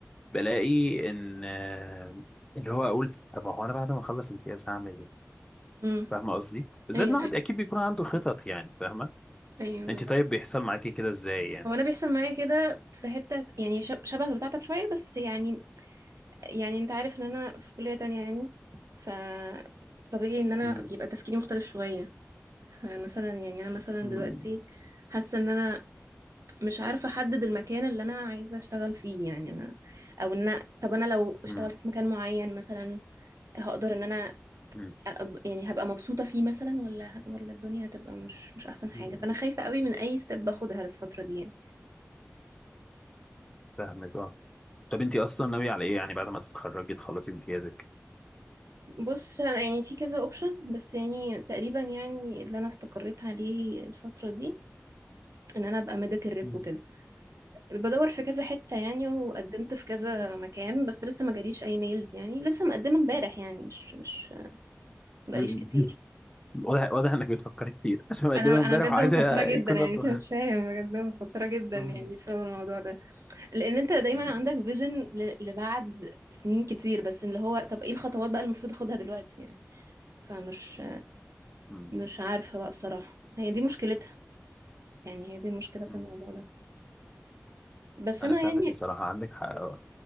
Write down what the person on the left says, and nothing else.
بلاقي ان آه، اللي هو اقول طب هو انا بعد ما اخلص امتياز هعمل ايه
فاهمه قصدي بالذات
إن الواحد
اكيد بيكون عنده خطط يعني فاهمه
انت طيب بيحصل معاكي كده ازاي يعني
مم.
مم.
مم.
مم.
مم.
فاهمك اه طب انت اصلا ناويه على ايه يعني بعد ما تتخرجي تخلصي امتيازك
مم.
مم.
<laughs> واضح واضح انك بتفكر كتير <laughs> عشان مقدمها
امبارح
وعايزه
يكون
رده
مم.
مم.
مم.
مم.
انا
فاهمك
بصراحه عندك حق أه